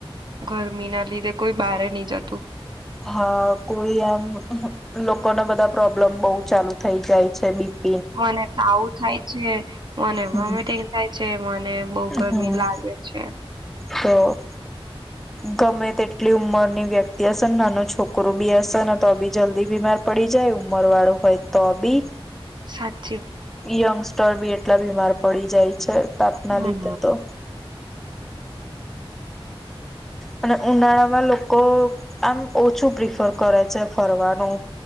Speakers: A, on the right; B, in the centre.
A: ગરમી ના લીધે કોઈ બારે નહી જતું
B: હા કોઈ આમ લોકોને બધા પ્રોબ્લેમ બહુ ચાલુ થઈ જાય છે બી
A: મને તો આવું થાય છે મને
B: હમ
A: મ થાય છે મને બહ ગરમી
B: હા
A: લાગે છે
B: તો ગમે તેટલી ઉંમરની વ્યક્તિ હશે ને નાનું છોકરું બી હશે ને તો બી જલ્દી બીમાર પડી જાય ઉંમર વાળું હોય તો બી
A: સાત
B: યંગસ્ટર બી એ કેટલા બીમાર પડી જાય છે તપના
A: હમ્મ.
B: લીધે તો અને ઉનાળામાં લોકો આમ ઓછું પ્રિફર કરે છે ફરવાનું